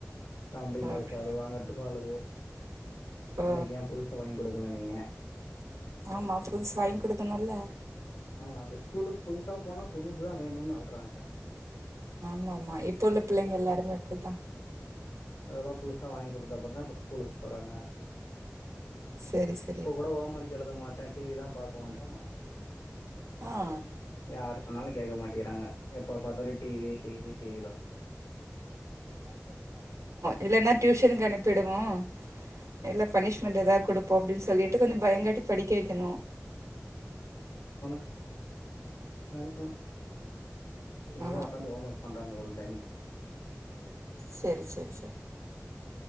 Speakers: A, on the left (about 60°); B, on the right (about 65°).
A: ஜாமன்ட்ரி பாக்ஸ்.
B: ஓகே
A: அது வாங்கறதுக்கும் அழுக
B: ஓ
A: எனக்கு ஏன் புதுசா வாங்கி குடுக்கல நீங்க?
B: ஆமா புதுசு வாங்கி கொடுக்கணுமில்ல
A: ஆஹ் அது ஸ்கூலுக்கு புதுசா போனா புதுசுதா வேணும்னு அழ்றாங்க.
B: ஆமா ஆமா இப்ப உள்ள பிள்ளைங்க எல்லாருமே அப்டிதா
A: அதெல்லாம் புதுசா வாங்கி குடுத்தப்பறந்தா இப்ப ஸ்கூலுக்கு போறாங்க
B: சரி சரி
A: இப்ப கூட ஹோம்ஒஅக் எழுத மாட்டே டிவி தா பா பண்றாங்க
B: ஆ
A: யார் சொன்னாலும் கேக்க மாட்டிங்கறாங்க. எப்ப பாத்தாலும் T V T V T விதா
B: இல்லைன்னா டியூஷனுக்கு அனுப்பிடுவோம் இல்ல பனிஷ்மெண்ட் எதா குடுப்போம் அப்படின்னு சொல்லிட்டு கொஞ்சம் பயங்காட்டி படிக்க வைக்கணும்
A: மேன்றம் இன்னிக்கு
B: ஆ
A: தா உக்காந்து ஹோம் ஒர்க் பண்றங்க டைம்கு
B: சரி சரி சரி